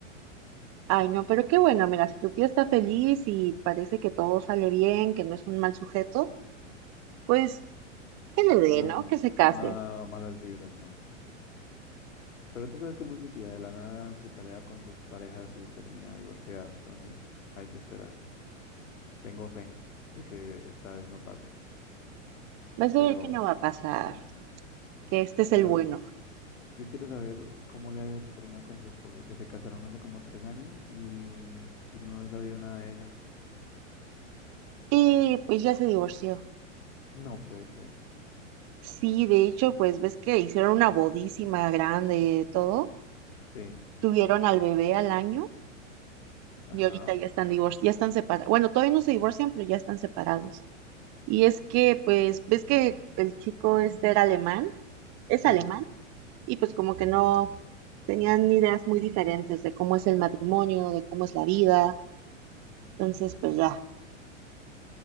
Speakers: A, on the right (about 40°); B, on the left (about 80°).
A: ay, no, pero qué bueno, mira, si tu tía está feliz y parece que todo sale bien, que no es un mal sujeto, pues que le dé,
B: No,
A: ¿no?
B: no,
A: Que se case.
B: nada malas vibras, no. Pero tú sabes cómo es mi tía, de la nada se pelea con sus parejas y termina divorciada. Entonces, hay que esperar. Tengo fe de que esta vez no pase.
A: Vas a
B: Pero,
A: ver que no va a pasar,
B: bien.
A: que este es
B: Pero
A: el bueno.
B: Yo quiero saber cómo le ha ido a tu prima con su esposo, que se casaron hace como tres años y, y no he sabido nada de ella.
A: Y pues ya se divorció.
B: No puede ser.
A: Sí, de hecho, pues ves que hicieron una bodísima grande y todo.
B: Sí,
A: Tuvieron al bebé al año
B: ajá,
A: y ahorita ya están divor- ya están separados. Bueno, todavía no se divorcian, pero ya están separados. Y es que, pues, ves que el chico este era alemán, es
B: sí.
A: alemán, y pues como que no tenían ideas muy diferentes de cómo es el matrimonio, de cómo es la vida. Entonces, pues ya,